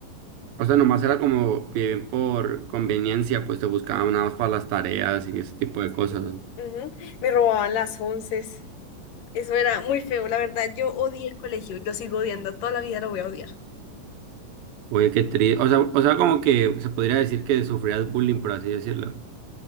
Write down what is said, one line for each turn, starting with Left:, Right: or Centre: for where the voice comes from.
Right: o sea, nomás era como bien por conveniencia, pues te buscaban nada más para las tareas y ese tipo de cosas.
Left: Sí, ujú. Me robaban las once. Eso era muy feo, la verdad, yo odié el colegio y lo sigo odiando, toda la vida lo voy a odiar.
Right: Oye, qué triste. O sea, o sea, como que se podría decir que sufrías bullying, por así decirlo.